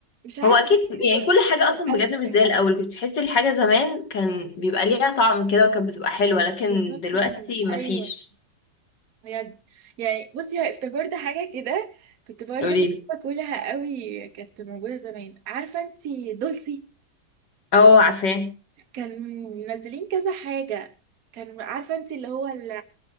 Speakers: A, on the right (about 60°); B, on the left (about 80°).
A: مش عارفه
B: هو اكيد
A: بس بحس
B: يعني
A: إن
B: كل
A: هو مش
B: حاجة
A: زي
B: اصلا
A: الاول
B: بجد مش
A: يعني
B: زي الاول كنت تحسي الحاجة زمان كان بيبقى ليها طعم كده وكانت بتبقى حلوة لكن
A: بالظبط
B: دلوقتي
A: كده
B: مفيش
A: ايوه بجد يعني بصي ه- افتكرت حاجة كده كنت برضه
B: قوليلي
A: باكلها قوي كانت موجودة زمان عارفة انتي دولسي
B: اه عارفاه
A: كان منزلين كذا حاجة كان عارفة انتي اللي هو ال-